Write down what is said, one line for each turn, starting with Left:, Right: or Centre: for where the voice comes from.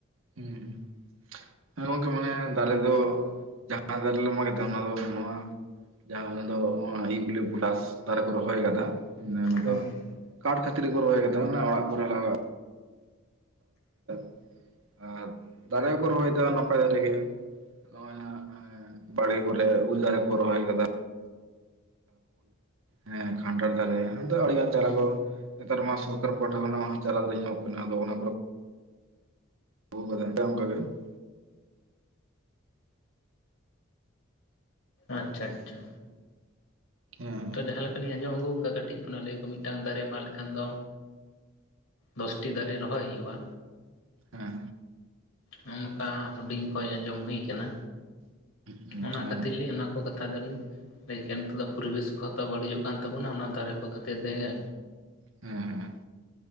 Right: ᱦᱩᱸᱻ ᱦᱮᱸ ᱜᱚᱝᱠᱮ ᱢᱟᱱᱮ ᱫᱟᱨᱮ ᱫᱚ ᱡᱟᱦᱟᱸ ᱫᱟᱨᱮ ᱞᱮ ᱢᱟᱸᱜ ᱮᱫᱟ ᱚᱱᱟ ᱫᱚ ᱱᱚᱣᱟ ᱡᱟᱦᱟᱸᱫᱚ ᱱᱚᱣᱟ ᱤᱭᱩᱠᱤᱞᱳᱯᱚᱴᱟᱥ ᱫᱟᱨᱮ ᱠᱚ ᱨᱚᱦᱚᱭ ᱠᱟᱫᱟ ᱢᱟᱱᱮ ᱚᱱᱟ
Left: ᱦᱮᱸ
Right: ᱫᱚ ᱠᱟᱴ ᱠᱷᱟᱹᱛᱤᱨ ᱜᱮᱠᱚ ᱨᱚᱦᱚᱭ ᱟᱠᱟᱫᱟ ᱢᱟᱱᱮ ᱚᱲᱟᱜ ᱠᱚᱨᱮ ᱞᱟᱜᱟᱜ <inaudible> ᱟᱨ ᱫᱟᱨᱮ ᱦᱚᱸᱠᱚ ᱨᱚᱦᱚᱭ ᱫᱟ ᱱᱟᱯᱟᱭ ᱫᱟᱨᱮ ᱠᱚ ᱜᱮ ᱱᱚᱜᱼᱚᱭ <unintelligible> ᱵᱟᱲᱜᱮ ᱠᱚᱨᱮ ᱩᱞ ᱫᱟᱨᱮ ᱠᱚ ᱨᱚᱦᱚᱭ ᱠᱟᱫᱟ ᱦᱮᱸ ᱠᱷᱟᱱᱴᱟᱨ ᱫᱟᱨᱮ, ᱟᱹᱰᱤᱜᱟᱱ ᱪᱟᱨᱟ
Left: ᱦᱩᱸ
Right: ᱠᱚ ᱱᱮᱛᱟᱨ ᱢᱟ ᱥᱚᱨᱠᱟᱨ ᱯᱟᱦᱴᱟ ᱠᱷᱚᱱᱟᱜ ᱦᱚᱸ ᱪᱟᱨᱟ ᱫᱚ ᱧᱟᱢᱚᱜ ᱠᱟᱱᱟ ᱟᱫᱚ ᱚᱱᱟ <unintelligible>
Left: ᱟᱪᱪᱷᱟ ᱟᱪᱪᱷᱟ
Right: ᱦᱮᱸ
Left: ᱛᱚ ᱡᱟᱦᱟᱸ ᱞᱮᱠᱟ ᱞᱤᱧ ᱟᱸᱡᱚᱢ ᱟᱹᱜᱩ ᱟᱠᱟᱫ ᱠᱟᱹᱴᱤᱡ ᱠᱷᱚᱱᱟᱜ ᱞᱟᱹᱭ ᱟᱠᱚ ᱢᱤᱫᱴᱟᱝ ᱫᱟᱨᱮ ᱢᱟᱜ ᱞᱮᱠᱷᱟᱱ ᱫᱚ ᱫᱚᱥᱴᱤ ᱫᱟᱨᱮ ᱨᱚᱦᱚᱭ ᱦᱩᱭᱩᱜᱼᱟ
Right: ᱦᱮᱸ
Left: ᱱᱚᱝᱠᱟ ᱦᱩᱰᱤᱧ ᱠᱷᱚᱡ ᱟᱸᱡᱚᱢ ᱦᱩᱭ ᱠᱟᱱᱟ᱾
Right: ᱦᱮᱸ ᱦᱮᱸ
Left: ᱚᱱᱟ
Right: ᱦᱮᱸ
Left: ᱠᱷᱟᱹᱛᱤᱨ ᱞᱤᱧ ᱚᱱᱟ ᱠᱚ ᱠᱟᱛᱷᱟ ᱫᱚᱞᱤᱧ ᱞᱟᱹᱭ ᱠᱮᱭᱟ ᱱᱤᱛᱚᱜ ᱫᱚ ᱯᱩᱨᱤᱵᱮᱥ ᱠᱚ ᱦᱚᱸ ᱛᱚ ᱵᱟᱹᱲᱤᱡᱚᱜ ᱠᱟᱱ ᱛᱟᱵᱚᱱᱟ ᱚᱱᱟ ᱫᱟᱨᱮ ᱠᱚ ᱠᱷᱟᱹᱛᱤᱨ ᱛᱮᱜᱮ᱾
Right: ᱦᱮᱸ ᱦᱮᱸ